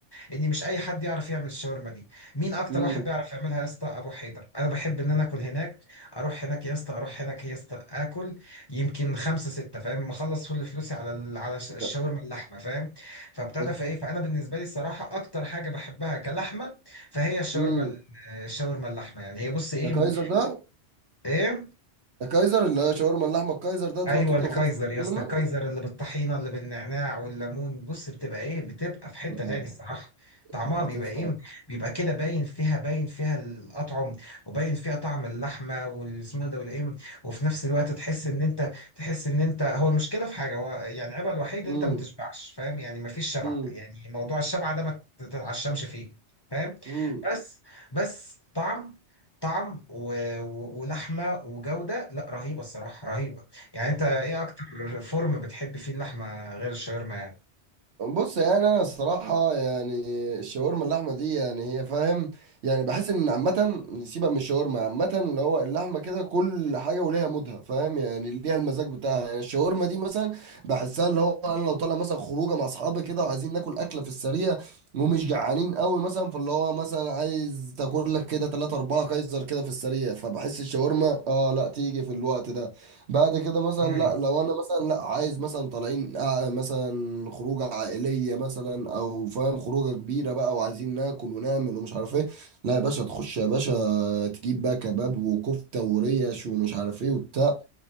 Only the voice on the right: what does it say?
امم
ده
ده
امم
ده كايزر ده
ده كايزر اللي هي شاورما اللحمة الكايزر ده تروح
تطلب
خمسة
منه
لا
بتفهم
امم
امم
امم
بص يعني انا الصراحه يعني الشاورما اللحمه دي يعني هي فاهم يعني بحس ان عامه سيبك من الشاورما عامه اللي هو اللحمه كده كل حاجه وليها مودها فاهم يعني ليها المزاج بتاعها يعني الشاورما دي مثلا بحسها اللي هو انا لو طالع مثلا خروجه مع اصحابي كده وعايزين ناكل اكله في السريع ومش جعانين قوي مثلا فاللي هو مثلا عايز تاكل لك كده 3 4 كايزر كده في السريع فبحس الشاورما اه لا تيجي في الوقت ده بعد كده مثلا
لا لو انا مثلا لا عايز مثلا طالعين آه، مثلا خروجه عائليه مثلا او فاهم خروجه كبيره بقى وعايزين ناكل ونعمل ومش عارف ايه لا يا باشا تخش يا باشا تجيب بقى كباب وكفته وريش ومش عارف ايه وبتاع